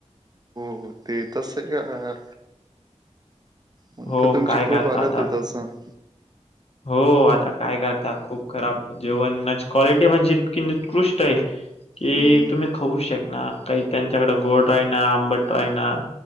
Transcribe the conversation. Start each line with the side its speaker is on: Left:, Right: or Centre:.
Right: हो ते तस आहे का, मग,
Left: हो,
Right: तर तुमची
Left: काय करता
Right: खूप हलत
Left: आता?
Right: होत असल?
Left: हो, आता काय करता खूप खराब. जेवणाची क्वालिटी म्हणजे इतकी उत्कृष्ट आहे, कि,
Right: हम्म
Left: तुम्ही खाऊ शकनार. काही त्यांच्याकडें गोड हाय ना, आंबट हाय ना.